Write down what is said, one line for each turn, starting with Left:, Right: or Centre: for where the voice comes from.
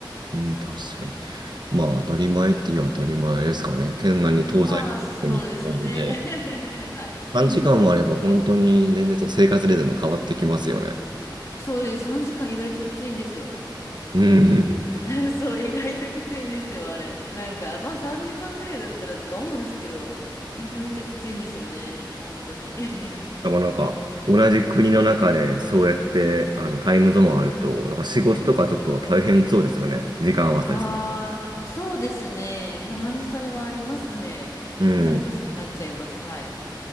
Right: うん、確かに。まあ、当たり前って言う当たり前ですかね。県外に東西方向になんで、
Left: まあ、そうですね。<laughs> はい。
Right: 短時間もあれば本当に全然ちょっと生活リズム変わってきますよね。
Left: そう、3時間意外ときついんですよ。
Right: うん。
Left: <laughs> そう、意外ときついんですよ、あれ。なんか、まあ3時間ぐらいだったらとか思うんですけど、意外ときついんですよね、本当に。<laughs>
Right: <laughs> なかなんか、同じ国の中でそうやってあのタイムゾーンあると、なんか仕事とかちょっと大変そうですよね。時間合わせです。
Left: ああ、そうですね。たまにそれはありますね。
Right: うん。
Left: ややこしくなっちゃいます。
Right: い
Left: はい。